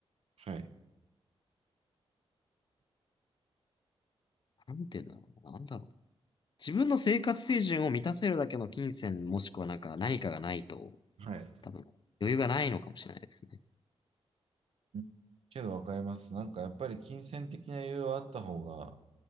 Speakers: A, on the right; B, on the left.
A: はい。
B: なんて言うんだろうな。なんだろう。自分の生活水準を満たせるだけの金銭もしくはなんか何かがないと、
A: はい。
B: 多分余裕がないのかもしれないですね。
A: うんけどわかります。なんかやっぱり金銭的な余裕はあった方が、